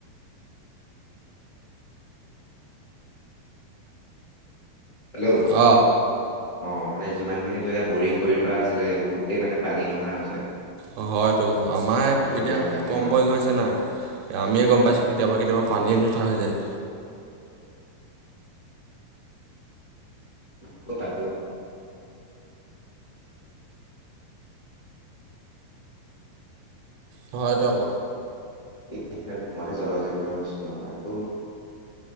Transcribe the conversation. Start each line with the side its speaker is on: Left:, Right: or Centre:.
Left: হেল্ল'
Right: অ।
Left: অ মানে যিমানখিনিতো এতিয়া বৰিং কৰি থোৱা আছিলে এইবোৰ গোটেই মানে পানী নহা হৈছে।
Right: অ হয়তো আমাৰ
Left: আৰু সীমা
Right: এতিয়া
Left: যিমানখিনি
Right: কম
Left: মানুহ
Right: বৰিং
Left: আছে
Right: হৈছে না। আমিয়ে গম পাইছোঁ কেতিয়াবা কেতিয়াবা
Left: উম,
Right: পানীয়ে নুঠা হৈ যায়।
Left: <unintelligible>
Right: হয়টো আক।
Left: <unintelligible> মতহে জল জীৱন মিছন নহ'ল একো